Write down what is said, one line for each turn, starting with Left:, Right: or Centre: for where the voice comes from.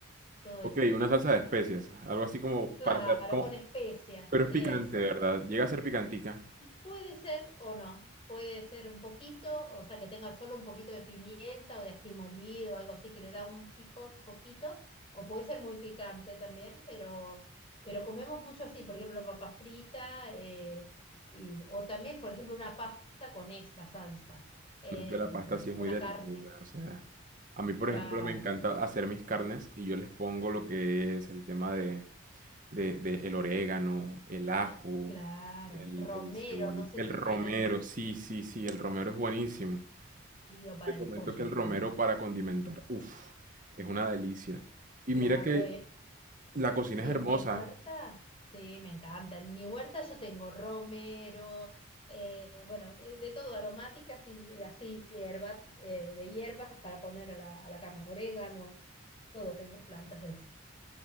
Left: todo
Right: Ok,
Left: eso.
Right: una salsa de especias, algo así como
Left: Claro,
Right: para hacer, como,
Left: con especias,
Right: pero es
Left: eso.
Right: picante, ¿verdad? Llega a ser picantica.
Left: Puede ser o no, puede ser un poquito, o sea, que tenga solo un poquito de pimienta o de ají molido, o algo así que le da un pico poquito, o puede ser muy picante también, pero, pero comemos mucho así, por ejemplo, papa frita, eh, y- o también, por ejemplo, una pasta con esa salsa, eh,
Right: No es que la pasta sí es
Left: una
Right: muy deliciosa,
Left: carne,
Right: o sea, a mí por
Left: claro,
Right: ejemplo me encanta hacer mis carnes y yo les pongo lo que es el tema de, de, de el orégano, el ajo,
Left: claro,
Right: el,
Left: romero,
Right: el cebollín,
Left: no sé
Right: el
Left: si
Right: romero,
Left: tienen,
Right: sí, sí, sí, el romero es buenísimo.
Left: sí, o para
Right: Te comento
Left: el pollo
Right: que el
Left: también,
Right: romero para condimentar, uff, es una delicia. Y
Left: claro,
Right: mira que
Left: eh,
Right: la cocina
Left: Sí,
Right: es hermosa,
Left: en mi huerta, sí, me encanta. En mi huerta yo tengo romero, eh, bueno, de, de todo, aromáticas y, y así, hierba, eh, de hierbas para poner a la, a la carne, orégano, todo, tengo plantas de eso.